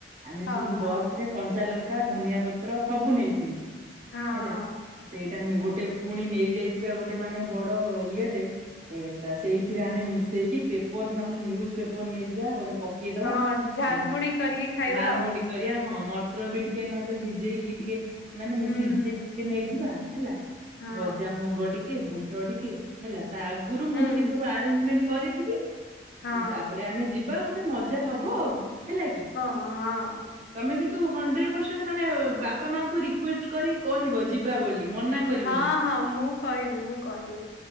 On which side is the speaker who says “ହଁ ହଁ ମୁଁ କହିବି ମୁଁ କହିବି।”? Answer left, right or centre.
Left